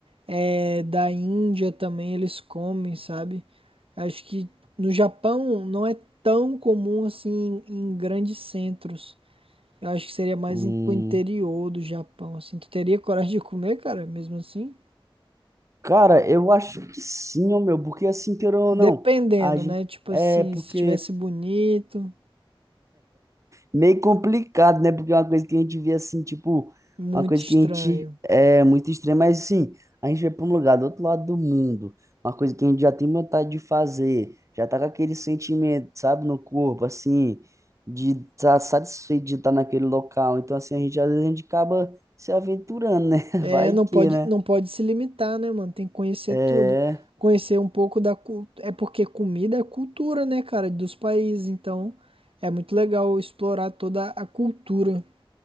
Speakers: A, on the right; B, on the right.
A: É, da Índia também eles comem, sabe? Acho que no Japão não é tão comum assim em grandes centros. Eu acho que seria mais
B: hum,
A: em- pro interior do Japão, assim. Tu teria coragem de comer, cara, mesmo assim?
B: cara, eu acho que sim, ô meu, porque assim, querendo ou
A: Dependendo,
B: não, a gente,
A: né? Tipo
B: é
A: assim,
B: porque
A: se tivesse bonito,
B: meio complicado, né? Porque é uma coisa que a gente vê assim, tipo,
A: muito
B: uma coisa
A: estranho.
B: que a gente é muito extrema, mas assim, a gente vai para um lugar do outro lado do mundo, uma coisa que a gente já tem vontade de fazer, já tá com aquele sentimento, sabe, no corpo, assim, de estar satisfeito de estar naquele local. Então, assim, a gente às vezes a gente acaba se aventurando, né? <laughs>
A: É,
B: Vai
A: não
B: que,
A: pode,
B: né?
A: não pode se limitar, né, mano? Tem que conhecer
B: É.
A: tudo. Conhecer um pouco da cultura. É porque comida é cultura, né, cara, dos países. Então, é muito legal explorar toda a cultura,